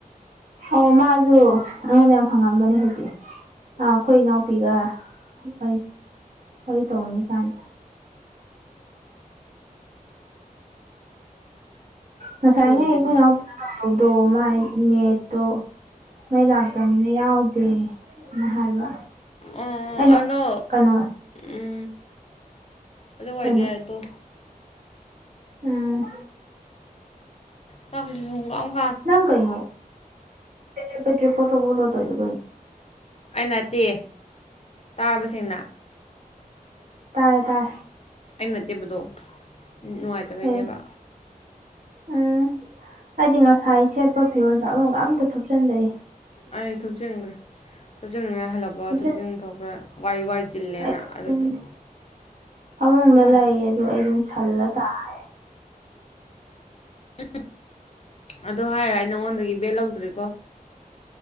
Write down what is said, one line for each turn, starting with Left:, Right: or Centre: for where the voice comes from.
Right: ꯑꯣ ꯃꯥꯁꯨ ꯑꯩꯉꯣꯟꯗ ꯌꯥꯝ ꯍꯪꯉꯝꯕꯅꯦ ꯍꯧꯖꯤꯛ ꯑ ꯑꯩꯈꯣꯏ ꯏꯅꯥꯎꯄꯤꯒ ꯍꯣꯏ ꯍꯣꯏ ꯇꯣꯡꯅꯤ ꯀꯥꯏꯟ ꯉꯁꯥꯏ
Left: ꯐꯨꯗꯣꯏꯅꯦ
Right: ꯉ ꯑꯩꯈꯣꯏꯅꯄ
Left: ꯚꯥꯏ
Right: ꯇꯧꯗꯧꯗꯣ ꯃꯥꯥꯏ ꯅꯦꯠꯇꯣ ꯃꯩ ꯂꯥꯛꯇꯕꯃꯤꯅ ꯌꯥꯎꯗꯦꯅ ꯍꯥꯏꯕ
Left: ꯑꯣ
Right: ꯑꯩꯅ
Left: ꯑꯗꯣ
Right: ꯀꯩꯅꯣ
Left: ꯎꯝ ꯑꯗꯨꯋꯥꯏꯗꯤ
Right: ꯀꯩꯅꯣ
Left: ꯑꯗꯨ
Right: ꯎꯝ
Left: ꯆꯥꯛꯁꯤ <unintelligible>
Right: ꯅꯪ ꯀꯩꯅꯣ ꯄꯦꯇꯦ ꯄꯦꯇꯔꯦ ꯄꯣꯠꯇꯣ ꯄꯣꯠꯗꯣ ꯇꯩꯏꯗꯣ ꯀꯩꯅꯣ
Left: ꯑꯩ ꯅꯠꯇꯦ ꯇꯥꯔꯕ ꯁꯦꯡꯅ
Right: ꯇꯥꯔꯦ ꯇꯥꯔꯦ
Left: ꯑꯩꯅ ꯅꯠꯇꯦꯕ ꯑꯗꯣ ꯅꯨꯡꯉꯥꯏꯇꯕꯩꯅꯦꯕ
Right: ꯀꯩ ꯎꯝ ꯑꯩꯗꯤ ꯉꯁꯥꯏ ꯁꯦꯠꯄ ꯐꯤꯔꯣꯟ ꯆꯥꯛꯂꯣꯟꯒ ꯑꯝꯇ ꯊꯨꯞꯆꯟꯗ꯭ꯔꯤ
Left: ꯑꯩ ꯊꯨꯞꯆꯤꯟꯒ꯭ꯔꯦ ꯊꯨꯞꯆꯤꯟꯉꯥꯏ ꯍꯜꯂꯛꯄ
Right: ꯊꯨꯞꯆꯟꯗꯦ
Left: ꯊꯨꯞꯆꯤꯟ ꯊꯣꯛꯈ꯭ꯔꯦ ꯋꯥꯏ ꯋꯥꯏ ꯆꯤꯜꯂꯦꯅ
Right: ꯑꯩ ꯊꯨꯞꯆꯟꯗꯦ
Left: ꯑꯗꯨꯗꫭ
Right: ꯐꯃꯨꯡꯗ ꯂꯩ
Left: <unintelligible>
Right: ꯑꯗꯨ ꯑꯩ ꯑꯗꯨꯝ ꯁꯜꯂ ꯇꯥꯔꯅꯤ
Left: ꯎꯝ ꯑꯗꯨ ꯍꯥꯏꯔ ꯑꯩ ꯅꯉꯣꯟꯗꯒꯤ ꯕꯦꯛ ꯂꯧꯗ꯭ꯔꯤꯀꯣ